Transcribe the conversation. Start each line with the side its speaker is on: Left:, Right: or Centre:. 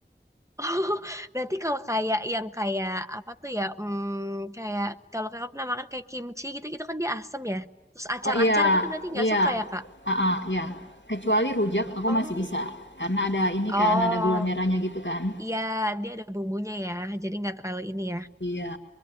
Right: <laughs> Oh, berarti kalau kayak yang kayak apa tuh ya? Hmm, kayak kalau kakak pernah makan kayak kimchi gitu, gitu kan dia asem ya. Terus acar-acar
Left: Oh, iya
Right: gitu berarti nggak
Left: iya,
Right: suka ya kak?
Left: ah ah, iya. Kecuali rujak aku
Right: Oh,
Left: masih bisa, karena ada ini
Right: oh,
Left: kan, ada gula merahnya gitu kan.
Right: iya dia ada bumbunya ya, jadi nggak terlalu ini ya.
Left: Iya.